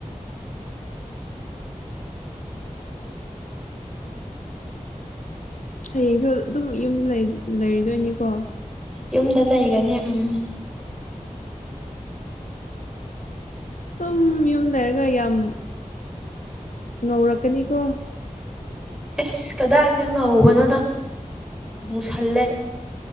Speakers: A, on the left; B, in the centre.
A: ꯍꯌꯦꯡꯁꯨ ꯑꯗꯨꯝ ꯌꯨꯝꯗ ꯂꯩꯔꯗꯣꯏꯅꯤꯀꯣ
B: ꯌꯨꯝꯗ ꯂꯩꯒꯅꯤ ꯎꯝ
A: ꯎꯝ ꯌꯨꯝ ꯂꯩꯔꯒ ꯌꯥꯝ ꯉꯧꯔꯛꯀꯅꯤꯀꯣ
B: ꯏꯁ ꯀꯗꯥꯏꯗ ꯉꯧꯕꯅꯣꯗ ꯃꯨꯁꯜꯂꯦ